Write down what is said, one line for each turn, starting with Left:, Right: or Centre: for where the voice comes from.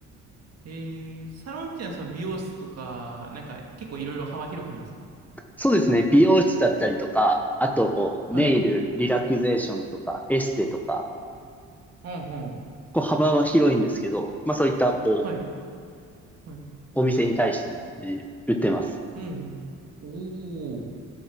Right: えー、サロンっていうのはその美容室とか、なんか結構いろいろ幅広くなんですか
Centre: そうですね。美容室だったりとか、あと、こう、
Right: はい。
Centre: ネイル、リラクゼーションとか、エステとか、
Right: うんうん。
Centre: こう、幅は広いんですけど、まあそういった、こう、
Right: はい。はい。
Centre: お店に対してですね、売ってます。
Right: うんうん。おお。